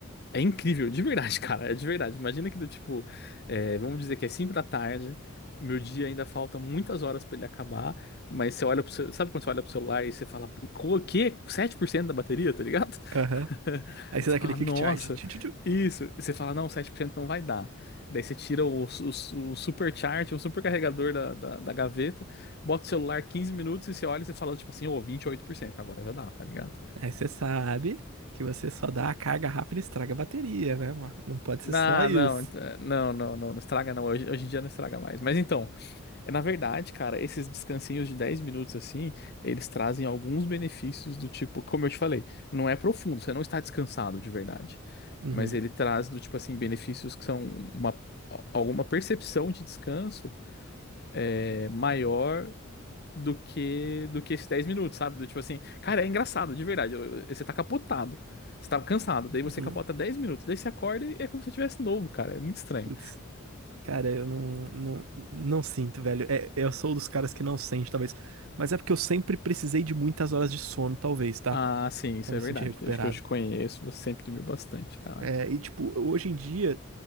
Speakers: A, on the left; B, on the right.
A: é incrível, de verdade, <laughs> cara, é de verdade. Imagina que do tipo, é, vamos dizer que é 5 da tarde, o meu dia ainda falta muitas horas pra ele acabar, mas você olha pro seu, sabe quando você olha pro celular e você fala, o quê? sete por cento da bateria, tá ligado?
B: Aham.
A: <laughs>
B: Aí
A: E
B: você
A: você
B: dá aquele
A: fala,
B: quick
A: nossa,
B: charge. Tchu, tchu, tchu.
A: isso. E você fala, não, 7% não vai dar. Daí você tira o, o, o supercharge, o supercarregador da, da, da gaveta, bota o celular 15 minutos e você olha e você fala, tipo assim, ô, 28% agora já dá, tá ligado?
B: Aí você sabe que você só dá a carga rápida e estraga a bateria, né, mano? Não pode ser só
A: Ah,
B: isso.
A: não, ent- não, não, não, não estraga não, hoje, hoje em dia não estraga mais. Mas então, é na verdade, cara, esses descansinhos de 10 minutos assim, eles trazem alguns benefícios do tipo, como eu te falei, não é profundo, você não está descansado de verdade,
B: Uhum.
A: mas ele traz do tipo assim, benefícios que são uma, alguma percepção de descanso é, maior do que do que esses 10 minutos, sabe? Do tipo assim, cara, é engraçado, de verdade, eu- eu- você tá capotado. Você tá cansado, daí você
B: Uhum.
A: capota 10 minutos, daí você acorda e é como se você tivesse novo, cara. É muito estranho.
B: Putz. Cara, eu não, não, não sinto, velho. É, eu sou dos caras que não sente, talvez. Mas é porque eu sempre precisei de muitas horas de sono, talvez, tá?
A: Ah, sim, isso
B: Pra me
A: é
B: sentir
A: verdade.
B: recuperado.
A: Desde que eu te conheço, você sempre dormiu bastante, cara.
B: É, e tipo, hoje em dia